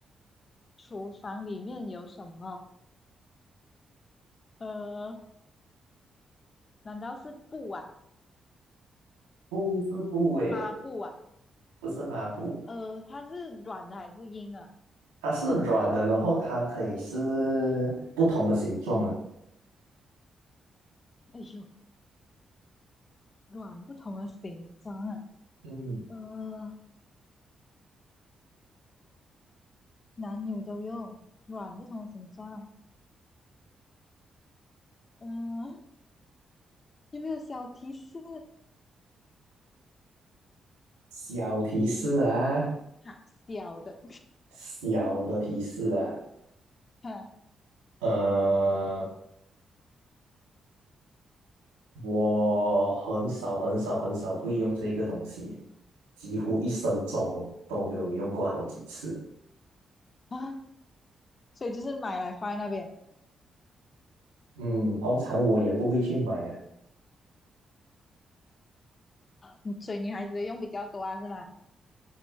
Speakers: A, on the left; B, on the right.
A: 厨房里面有什么？呃，难道是布啊，
B: 不是布诶，
A: 抹布啊？
B: 不是抹布，
A: 呃，它是软的还是硬啊？
B: 它是软的，然后它可以是不同的形状啊。
A: 哎呦，软不同的形状啊，
B: 嗯，
A: 呃，男女都用，软不同的形状，嗯、有没有小提示？
B: 小提示啊，
A: 哈，小的。
B: 小的提示啊，
A: <laughs> 哼
B: 呃，我很少很少很少会用这个东西，几乎一生中都没有用过好几次。
A: 啊，所以就是买来放在那边，
B: 嗯，通常我也不会去买呀、啊
A: 嗯所以女孩子的用比较多啊，是吗？